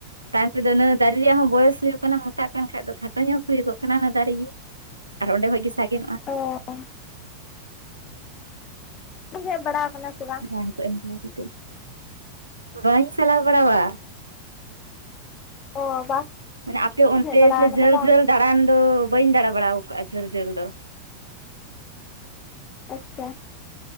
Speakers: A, on the right; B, on the left.
A: ᱛᱟᱭᱚᱢ ᱛᱮᱫᱚ ᱤᱱᱟᱹ ᱫᱟᱨᱮ ᱨᱮᱭᱟᱜ ᱦᱚᱸ ᱵᱚᱭᱮᱥ ᱦᱩᱭᱩᱜ ᱠᱟᱱᱟ ᱠᱟᱱᱟ ᱢᱚᱴᱟᱜ ᱠᱟᱱ ᱠᱷᱟᱡ ᱫᱚ ᱠᱷᱟᱴᱚ ᱧᱚᱜ ᱦᱩᱭᱩᱜᱚᱜ ᱠᱟᱱᱟ ᱚᱱᱟ ᱫᱟᱨᱮᱜ ᱜᱮ ᱟᱨ ᱚᱸᱰᱮ ᱠᱷᱚᱡ ᱜᱮ ᱥᱟᱜᱮᱱᱚᱜ-ᱟ
B: ᱚ <inaudible> ᱦᱮᱡ ᱵᱟᱲᱟ ᱟᱠᱟᱱᱟ ᱥᱮ ᱵᱟᱝ
A: <unintelligible> ᱵᱟᱹᱧ ᱪᱟᱞᱟᱣ ᱵᱟᱲᱟᱣᱟ
B: ᱚ ᱵᱟᱢ
A: ᱢᱟᱱᱮ ᱟᱯᱮ ᱚᱱᱛᱮ
B: ᱦᱮᱡ ᱵᱟᱲᱟ
A: ᱥᱮ
B: ᱟᱠᱟᱱᱟ
A: ᱡᱷᱟᱹᱞ
B: ᱵᱟᱝ
A: ᱡᱷᱟᱹᱞ ᱫᱟᱲᱟᱱ ᱫᱚ ᱵᱟᱹᱧ ᱫᱟᱲᱟ ᱵᱟᱲᱟ ᱟᱠᱟᱫᱟ-ᱟ ᱡᱷᱟᱹᱞ ᱡᱷᱟᱹᱞ ᱫᱚ
B: ᱟᱪᱷᱟ